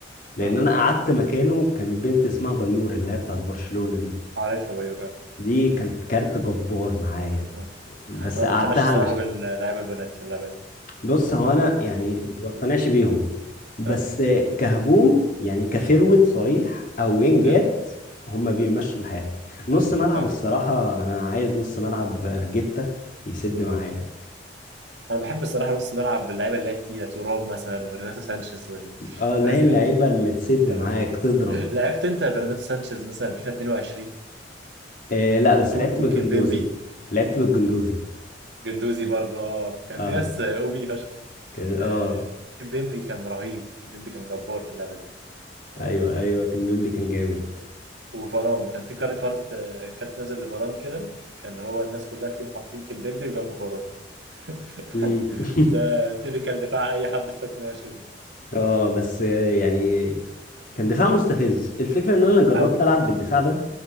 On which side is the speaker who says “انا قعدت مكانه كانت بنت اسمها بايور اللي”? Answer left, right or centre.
Left